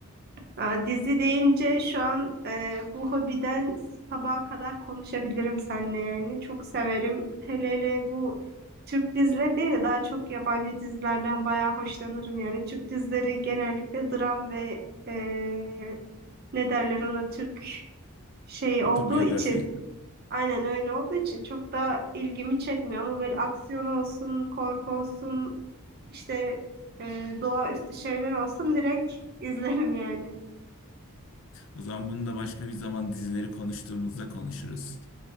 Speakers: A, on the right (about 45°); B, on the left (about 60°).
A: Aa, dizi deyince şu an e, bu hobiden sabaha kadar konuşabilirim seninle yani. Çok severim. Hele hele bu Türk dizileri değil de daha çok yabancı dizilerden bayağı hoşlanırım yani. Türk dizileri genellikle dram ve e, ne derler ona Türk şey olduğu
B: Otobiyografi.
A: için aynen öyle olduğu için çok da ilgimi çekmiyor ama böyle aksiyon olsun, korku olsun işte e, doğaüstü şeyler olsun direkt <laughs> izlerim yani.
B: O zaman bunu da başka bir zaman dizileri konuştuğumuzda konuşuruz.